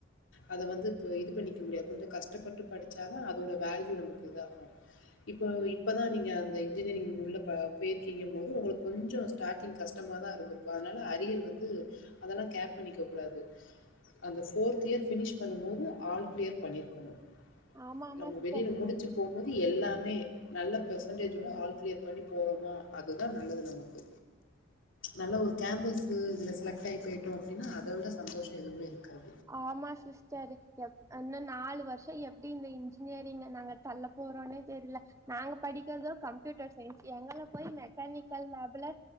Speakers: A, on the left; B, on the right.
A: அத வந்து இப்ப இது பண்ணிக்க முடியாது கொஞ்ச கஷ்டப்பட்டு படிச்சாதா அதோட வேல்யூ நமக்கு இதாகு இப்போ இப்பதா நீங்க அந்த இன்ஜினியரிங் உள்ள பா போயிருக்கீங்கங்கும்போது உங்களுக்கு கொஞ்சோ ஸ்டார்ட்டிங் கஷ்டமாதா இருந்துருக்கு அதனால அரியர் வந்து அதெல்லா கேர் பண்ணிக்க கூடாது அந்த ஃபோர்த் இயர் ஃபினிஷ் பண்ணும் போது ஆல் கிளியர் பண்ணிருக்கணு
B: ஆமா ஆமா
A: நம்ம
B: சிஸ்டர்
A: வெளில முடிச்சு போம்போது எல்லாமே நல்ல பெர் சன்டேஜோட ஆல் கிளியர் பண்ணி போறோமா அதுதா நல்லது நமக்கு. நல்ல ஒரு கேம்பஸு இதுல செலக்ட் ஆயி போயிட்டோ அப்டின்னா அத விட சந்தோஷோ எதுமே இருக்காது.
B: ஆமா சிஸ்டர் எ இன்னு நாலு வர்ஷோ எப்டி இந்த இன்ஜினியரிங்க நாங்க தள்ள போறோன்னே தெரில நாங்க படிக்கிறதோ கம்ப்யூட்டர் சயின்ஸ் எங்கள போய் மெக்கானிக்கல் லேபுல